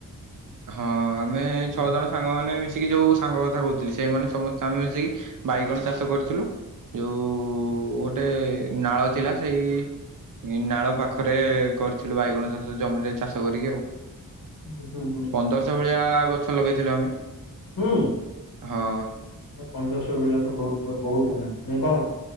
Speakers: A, on the right; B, on the left.
A: ହଁ ଆମେ
B: ହୁଁ
A: ଛଅ ଜଣ ସାଙ୍ଗମାନେ ମିଶିକି ଯୋଉ ସାଙ୍ଗ କଥା କହୁଥିଲି ସେଇମାନେ ସମସ୍ତେ ଆମେ ମିଶିକି ବାଇଗଣ ଚାଷ କରିଥିଲୁ। ଯୋଉ ଗୋଟେ ନାଳ ଥିଲା ସେଇ ନାଳ ପାଖରେ କରିଥିଲୁ ବାଇଗଣ ଚାଷ ଜମିରେ ଚାଷ କରିକି ଆଉ।
B: ହୁଁ ହୁଁ ହୁଁ
A: ପନ୍ଦଶ ଭଳିଆ ଗଛ ଲଗେଇଥିଲୁ ଆମେ।
B: ହୁଁ
A: ହଁ।
B: ଏ ପନ୍ଦରଶ କିଲୋ ତ ବହୁତ୍ ବହୁତ୍ ହେଲାଣି ନାଇଁ କଣ।